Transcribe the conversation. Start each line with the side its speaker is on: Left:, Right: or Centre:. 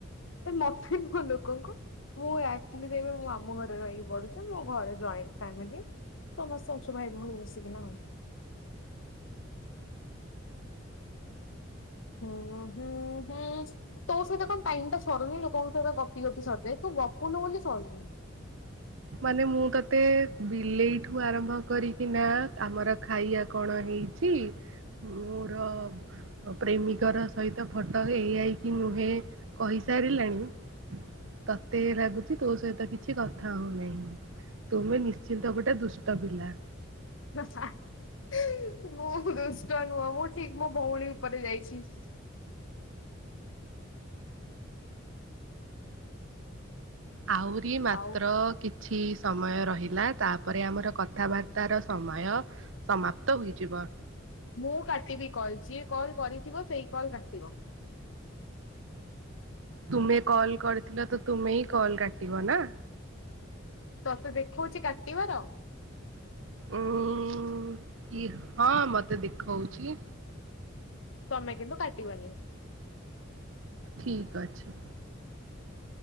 Left: ଏ ମଥେ ମୋ ଲୋକଙ୍କୁ ମୁଁ ଆକଚୀଲିରେ ମୁଁ ଆମ ଘ ମୁଁ ଏଉ ପଢୁଛି ମୁଁ ଘରେ ଜଏଣ୍ଟ୍ ଫେମ୍ଲି ସମସ୍ୟା ଅଛୁ ଭାଇ ଭଉଣୀ ମିଶିକିନା ଆଉ ହୁଁ ହୁଁ ହୁଁ ତୋ ସହିତ କଣ୍ ଟାଇମ୍ ଟା ସରୁନି ଲୋକଙ୍କ ସହିତ ଗପି ଗପି ସରିଯାଏ ତୁ ଗପୁନୁ ବୋଲି ସରୁନି
Right: ହେଲେ ମୁଁ ତତେ ବିଲେଇ ଠୁ ଆରମ୍ଭ କରିକିନା ଆମର ଖାଇଆ କଣ ହେଇଛି ମୁଁ ର ପ୍ରେମିକର ସହିତ ଫଟ ହେଇ ଆଇକି ନୁହେଁ କହିସାରିଲାଣି ତତେ ଲାଗୁଚି ତୋ ସହିତ କିଛି କଥା ହଉ ନାଇଁ ତୁମେ ନିଶ୍ଚିନ୍ତ ଗଟେ ଦୁଷ୍ଟ ପିଲା
Left: ଜୋ ସାଆ ଇଁ ମୁଁ ଦୁଷ୍ଟ ନୁହଁ ମୁଁ ଠିକ୍ ମୋ ଭଉଣୀ ଉପରେ ଯାଇଛି
Right: ଆହୁରି ମାତ୍ର
Left: ଆଉ
Right: କିତ୍ ଛି ସମୟ ରହିଲା ତାପରେ ଆମର କଥାବାର୍ତ୍ତାର ସମାୟ ସମାପ୍ତ ହୋଇଯିବ।
Left: ମୁଁ କାଟିବି କଲ୍ ଯିଏ କଲ୍ କରିଥିବ ସେଇ କଲ୍ କାଟିବ।
Right: ତୁମେ କଲ୍ କର୍ ଥିଲ ତ ତୁମେ ହିଁ କଲ୍ କାଟିବ ନା
Left: ତତେ ଦେଖୋଉଛି କାଟିବାର
Right: ଉଁ ଇ ହଁ ମତେ ଦେଖଉଛି
Left: ତମେ କିନ୍ତୁ କାଟିିବନି
Right: ଠିକ୍ ଅଛି